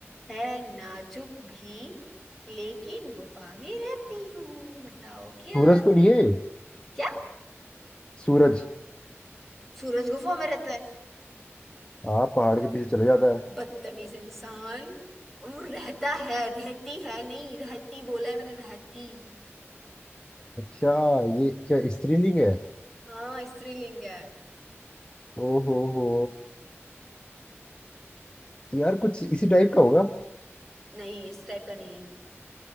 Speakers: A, in the centre; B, on the left.
A: है नाजुक भी लेकिन गुफा में रहती हूँ बताओ क्या
B: सूरज को नहीं है
A: क्या
B: सूरज
A: सूरज गुफा में रहता है
B: हाँ पहाड़ के पीछे चले जाता है
A: बदतमीज इंसान वो रहता है रहती है नहीं रहती बोला है मैंने रहती
B: अच्छा ये क्या स्त्रीलिंग है
A: हाँ स्त्रीलिंग है
B: ओहो हो यार कुछ इसी टाइप का होगा
A: नहीं इस टाइप का नहीं है